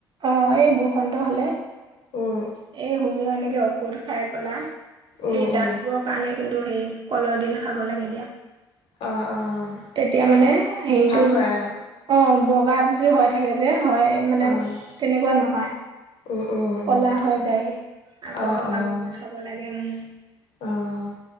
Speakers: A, on the right; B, on the left.
A: অঁ এই বসন্ত হলে
B: উম,
A: এই হোমিয় এনেকে ঔষধ খাই পেলা
B: উম,
A: এই
B: উম,
A: দাগবোৰক পালে কিন্তু সেই কলৰ দিল খাব লাগে, দিয়া।
B: অ', অ',
A: তেতিয়া মানে হেৰিটো,
B: ভাল হয় আৰু
A: অঁ বগাত যি হয় থাকে যে, হয় মানে
B: অ',
A: তেনেকুৱা নহয়,
B: উম, উম, উম,
A: কলা হৈ যায়গে। আকৌ
B: অ', অ',
A: মা চাব লাগে উম,
B: অ',